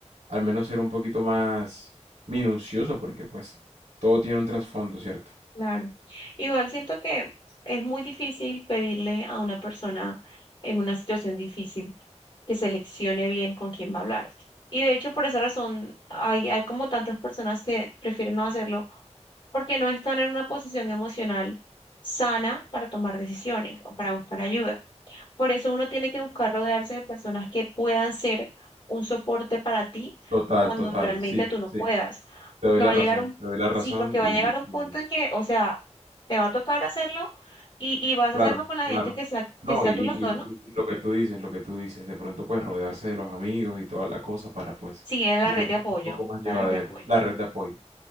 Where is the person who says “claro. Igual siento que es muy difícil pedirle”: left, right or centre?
Left